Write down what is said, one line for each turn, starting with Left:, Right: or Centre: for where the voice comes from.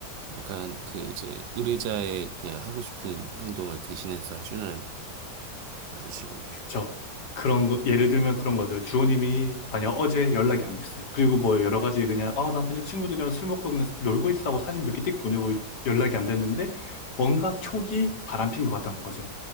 Right: 약간 그 이제 의뢰자의 그냥 하고 싶은 행동을 대신해서 해주는 아저씨군요.
Left: 그쵸? 그런 거 예를 들면 그런 거죠. 주호님이 만약 어제 연락이 안 됐어요. 그리고 뭐 여러 가지 그냥 아 나 그냥 친구들이랑 술 먹고 그냥 놀고 있어 하고 사진 몇 개 띡 보내고 연락이 안 됐는데 뭔가 촉이 바람핀 것 같다는 거죠.